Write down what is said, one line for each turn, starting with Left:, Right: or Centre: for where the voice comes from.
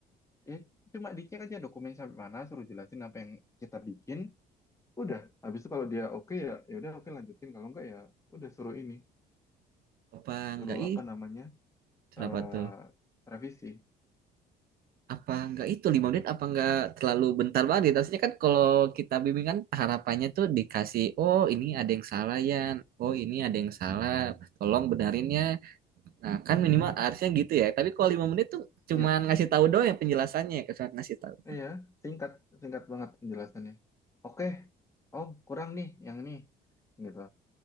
Left: ya cuma dicek aja dokumen sampai mana suruh jelasin apa yang kita bikin udah habis itu kalau dia oke ya ya udah oke lanjutin kalau enggak ya udah suruh ini
Right: Apa
Left: suruh
Right: nggak
Left: apa
Right: itu
Left: namanya eh
Right: apa tuh?
Left: revisi
Right: Apa nggak itu lima menit apa nggak terlalu bentar banget gitu. Harusnya kan kalau kita bimbingan harapannya tuh dikasih, oh ini ada yang salah ya, oh ini ada yang
Left: hmm.
Right: salah, tolong benerin ya Nah, kan minimal
Left: Hmm.
Right: harusnya gitu ya. Tapi kalau lima menit tuh cuman
Left: Ya,
Right: ngasih tahu doang ya penjelasannya ya, cuman ngasih tahu.
Left: iya singkat singkat banget penjelasannya oke oh kurang nih yang ini gitu